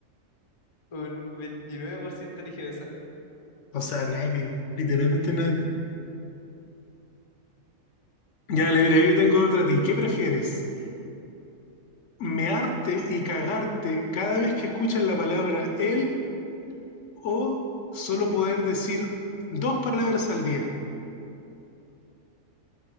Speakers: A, on the left; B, on the left.
A: Un 29% eligió esa.
B: O sea, nadie. Literalmente nadie. Ya, le mira, yo tengo otra a ti. ¿Qué prefieres? ¿Mearte y cagarte cada vez que escuchas la palabra él o solo poder decir dos palabras al día.